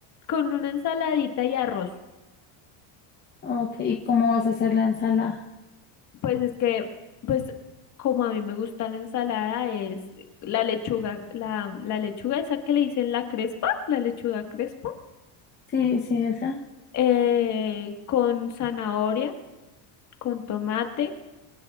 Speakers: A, on the left; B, on the left.
A: Con una ensaladita y arroz.
B: Ok, ¿y cómo vas a hacer la ensalada?
A: Pues es que, pues como a mí me gusta la ensalada, es la lechuga, la, la lechuga esa que le dicen la crespa, la lechuga crespa,
B: Sí, sí, esa.
A: eh, con zanahoria, con tomate,